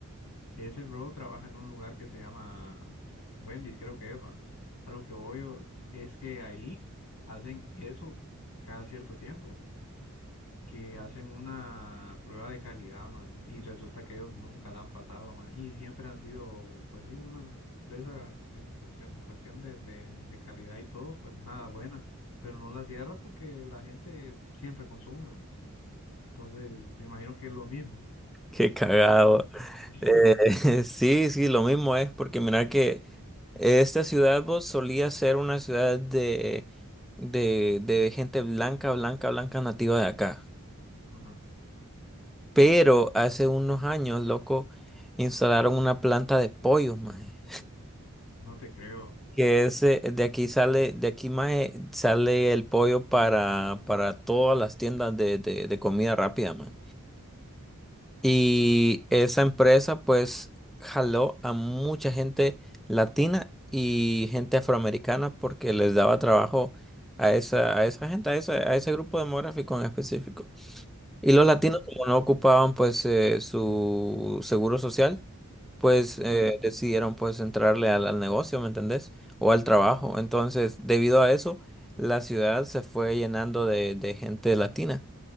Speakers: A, on the left; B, in the centre.
A: Ese bro trabaja en un lugar que se llama Wendy's, creo que es, va. A lo que voy o- es que ahí hacen eso cada cierto tiempo, que hacen una prueba de calidad, man, y resulta que ellos nunca la han pasado, man, y siempre han sido, pues sí, una empresa en cuestión, cuestión de, de, de calidad y todo, pues nada buena, pero no la cierra porque la gente siempre consume, man. Entonces, me imagino que es lo mismo.
B: Qué cagado.
A: <laughs>
B: Eh, <laughs> sí, sí, lo mismo es, porque mirar que esta ciudad vos solía ser una ciudad de, de, de gente blanca, blanca, blanca nativa de acá.
A: Ajá.
B: Pero hace unos años, loco, instalaron una planta de pollos, maje.
A: No te creo.
B: Que ese, de aquí sale, de aquí, maje, sale el pollo para, para todas las tiendas de, de, de comida rápida, maje. Y esa empresa pues jaló a mucha gente latina y gente afroamericana porque les daba trabajo a esa, a esa gente, a ese, a ese grupo demográfico en específico. Y los latinos
A: Ajá.
B: como no ocupaban pues eh, su seguro social, pues
A: Ajá.
B: eh, decidieron pues entrarle al, al negocio, ¿me entendés? O al trabajo. Entonces, debido a eso, la ciudad se fue llenando de de gente latina.